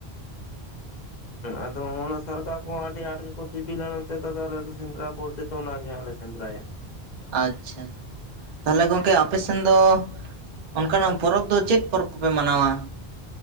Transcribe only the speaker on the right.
ᱟᱪᱪᱷᱟ ᱛᱟᱦᱚᱞᱮ ᱜᱚᱝᱠᱮ ᱟᱯᱮ ᱥᱮᱱ ᱫᱚ ᱚᱱᱠᱟᱱᱟᱜ ᱯᱚᱨᱚᱵᱽ ᱫᱚ ᱪᱮᱫ ᱯᱚᱨᱚᱵᱽ ᱠᱚᱯᱮ ᱢᱟᱱᱟᱣᱟ?